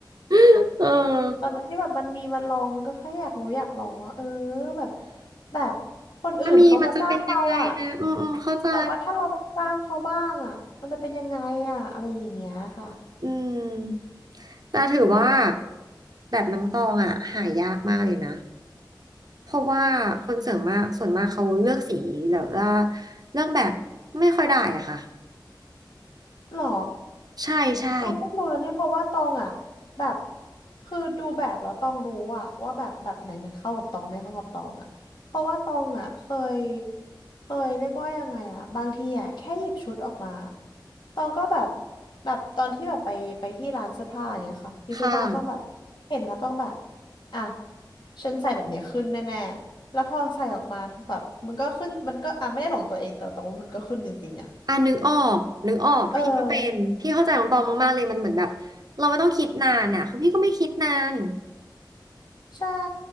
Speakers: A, on the right; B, on the left.
A: <laughs> เออ
B: ตอนนั้นที่แบบมันมีมันลองมันก็แค่อยากรู้อยากลองว่าเออแบบแบบคนอื่นเขามาจ้างเราอ่ะ
A: ถ้ามีมันจะเป็นยังไงนะอืมอืมเข้าใจ
B: แต่ว่าถ้าเรามาจ้างเขาบ้างอ่ะมันจะเป็นยังไงอ่ะอะไรอย่างเงี้ยค่ะ
A: อืมแต่ถือว่าแบบน้ำตองอ่ะหายากมากเลยนะ เพราะว่าคนเส่วนมากส่วนมากเขาเลือกสีแบบว่าเลือกแบบไม่ค่อยได้อะค่ะ
B: หรอ
A: ใช่ใช่
B: ตองเพิ่งรู้นะเนี่ยเพราะว่าตองอ่ะแบบคือดูแบบแล้วตองรู้อ่ะว่าแบบแบบไหนมันเข้ากับตองไม่เข้ากับตองอ่ะเพราะว่าตองอ่ะเคยเคยเรียกว่ายังไงอ่ะบางทีอ่ะแค่หยิบชุดออกมาตองก็แบบแบบตอนที่แบบไปไปที่ร้านเสื้อผ้าอย่างเงี้ยค่ะหยิบชุดมาต้องแบบเห็นแล้วต้องแบบ
A: ค่ะ
B: อ่ะฉันใส่แบบเนี้ยขึ้นแน่ๆแล้วพอใส่ออกมาแบบมันก็ขึ้นมันก็อ่ะไม่ได้หลงตัวเองแต่ตองว่ามันก็ขึ้นจริงๆอ่ะ
A: อ่ะนึกออกนึกออกพี่ก็เป็นพี่เข้าใจของตองมากๆเลยมันเหมือนแบบเราไม่ต้องคิดนานอ่ะของพี่ก็ไม่คิดนาน
B: เออ ใช่